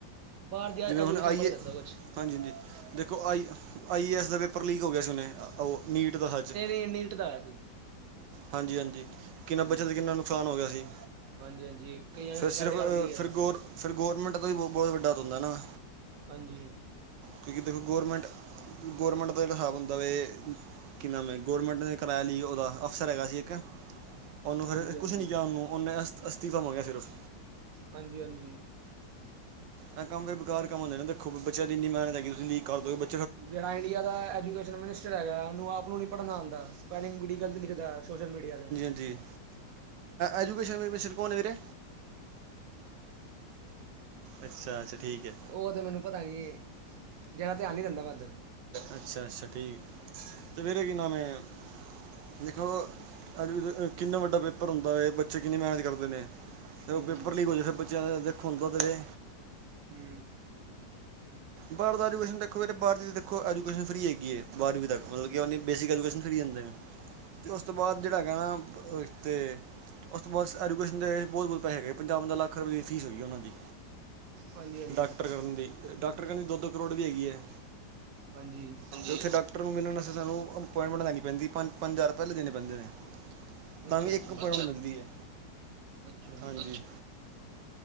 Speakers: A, on the right; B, on the right.
A: ਬਾਹਰ ਦੀ ਐਜੂਕੇਸ਼ਨ
B: ਜਿਵੇਂ ਹੁਣ ਆਈ
A: ਬਾਰੇ
B: ਏ
A: ਦੱਸੋ ਕੁਛ
B: ਹਾਂਜੀ ਹਾਂਜੀ, ਦੇਖੋ ਆਈ ਆਈ ਏ ਐੱਸ ਦਾ ਪੇਪਰ ਲੀਕ ਹੋ ਗਿਆ ਸੀ ਹੁਣੇ, ਓ ਨੀਟ ਦਾ ਸੱਚ।
A: ਏ ਨੀਟ ਦਾ ਏ।
B: ਹਾਂਜੀ ਹਾਂਜੀ ਕਿੰਨਾ
A: ਹਾਂਜੀ
B: ਬੱਚਿਆਂ ਦਾ ਕਿੰਨਾ ਨੁਕਸਾਨ ਹੋ ਗਿਆ ਸੀ,
A: ਹਾਂਜੀ ਹਾਂਜੀ ਕਈਆਂ
B: ਫਿਰ
A: ਨੇ ਸੁਸਾਈਡ
B: ਸਿਰਫ,
A: ਕਰ ਲਈ ਹੈ
B: ਫਿਰ ਗੋਰ ਫਿਰ ਗੋਵਰਨਮੈਂਟ ਦਾ ਵੀ ਬਹੁਤ -ਬਹੁਤ ਵੱਡਾ ਬੰਦਾ ਐ ਨਾ।
A: ਹਾਂਜੀ।
B: ਕਿਉਂਕਿ ਦੇਖ ਗੌਰਮੈਂਟ ਗੌਰਮੈਂਟ ਦਾ ਹਿਸਾਬ ਹੁੰਦਾ ਵੀ ਕਿੰਨਾ ਮੈਂ ਗੌਰਮੈਂਟ ਨੇ ਕਰਾਇਆ ਲਈ ਉਹਦਾ ਅਫਸਰ ਹੈਗਾ ਸੀ ਇੱਕ, ਉਹਨੂੰ ਫਿਰ
A: ਹਾਂਜੀ ਹਾਂਜੀ
B: ਕੁਛ ਨਹੀਂ ਕਿਹਾ, ਉਹਨੂੰ ਉਹਨੇ ਅਸ ਅਸਤੀਫਾ ਮੰਗਿਆ ਸਿਰਫ
A: ਹਾਂਜੀ ਹਾਂਜੀ
B: ਇਹ ਕੰਮ ਬਕਾਰ ਕੰਮ ਹੁੰਦੇ, ਦੇਖੋ ਬੱਚਿਆਂ ਦੀ ਇੰਨੀ ਮਿਨਹਤ ਹੈਗੀ, ਤੁਸੀਂ ਲੀਕ ਕਰਦੋ ਬ
A: ਜਿੜਾ ਇੰਡੀਆ ਦਾ ਐਜੂਕੇਸ਼ਨ ਮਿਨਿਸਟਰ ਹੈਗਾ ਉਹਨੂੰ ਆਪ ਨੂੰ ਨੀ ਪੜ੍ਹਨ ਆਉਂਦਾ, ਸਪੈਲਿੰਗ ਬੜੀ ਗਲਤ ਲਿਖਦਾ ਸੋਸ਼ਲ ਮੀਡੀਆ ਤੇ
B: ਜੀ ਐਜੂਕੇਸ਼ਨ ਮਿਨਿਸਟਰ ਕੋਣ ਐ ਵੀਰੇ। ਅੱਛਾ ਅੱਛਾ ਠੀਕ ਹੈ।
A: ਉਹ ਤਾਂ ਮੈਨੂੰ ਪਤਾ ਨਹੀਂ, ਜਾਦਾ ਧਿਆਨ ਨਹੀਂ ਦਿੰਦਾ ਮੈਂ ਇੱਧਰ
B: ਅੱਛਾ ਅੱਛਾ ਠੀਕ 'ਤੇ ਫਿਰ ਕੀ ਨਾਂਮ ਹੈ? ਦੇਖੋ ਅੱਜ ਕਿੰਨਾ ਵੱਡਾ ਪੇਪਰ ਹੁੰਦਾ ਇਹ, ਬੱਚੇ ਕਿੰਨੀ ਮੇਹਨਤ ਕਰਦੇ ਨੇ ਫਿਰ
A: ਹੂੰ
B: ਉਹ ਪੇਪਰ ਲੀਕ ਹੋ ਜਾਏ, ਫਿਰ ਬੱਚਿਆਂ ਦੇ, ਦੇਖੋਂ ਹੁਂਦੇ ਨੇ
A: ਹੂ
B: ਬਾਹਰ ਦਾ ਐਜੂਕੇਸ਼ਨ ਦੇਖੋ, ਬਾਹਰ ਦੀ ਅਜੂਕੇਸ਼ਨ ਫ੍ਰੀ ਹੈਗੀ ਬਾਰਵੀਂ ਤੱਕ। ਮਤਲਬ ਕਿ ਆਪਣੀ ਬੇਸਿਕ ਐਜੂਕੇਸ਼ਨ ਫ੍ਰੀ ਜਾਂਦੇ ਨੇ, ਤੇ ਉਸ ਤੋਂ ਬਾਅਦ ਜਿਹੜਾ ਹੈਗਾ ਨਾ ਅਤੇ ਉਸ ਤੋਂ ਬਾਅਦ ਐਜੂਕੇਸ਼ਨ ਦੇ ਵਿੱਚ ਬਹੁਤ ਬਹੁਤ ਪੈਸੇ ਹੈਗੇ, ਪੰਜਾਹ ਪੰਜਾਹ ਲੱਖ ਰਪਏ ਫੀਸ ਗਈ ਉਹਨਾਂ ਦੀ!
A: ਹਾਂਜੀ ਹਾਂਜੀ
B: ਡਾਕਟਰ ਕਰਨ ਦੀ ਅਤੇ ਡਾਕਟਰ ਕਹਿੰਦੇ ਦੋ ਦੋ ਕਰੋੜ ਵੀ ਹੈਗੀ ਹੈ,
A: ਹਾਂਜੀ
B: ਉੱਥੇ ਡਾਕਟਰ ਨੂੰ ਮਿਲਣ ਵਾਸਤੇ ਸਾਨੂੰ ਅਪੋਇਟਮੈਂਟ ਲੈਣੀ ਪੈਂਦੀ, ਪੰਜ ਹਜਾਰ ਪਹਿਲੇ ਦੇਣੇ ਪੈਂਦੇ ਨੇ ਤਾਂ
A: ਅੱਛਾ
B: ਵੀ
A: ਅੱਛਾ
B: ਇੱਕ ਅੱਪੋਇੰਟਮੈਂਟ ਮਿਲਦੀ ਹੈ
A: ਅੱਛਾ
B: ਹਾਂਜੀ।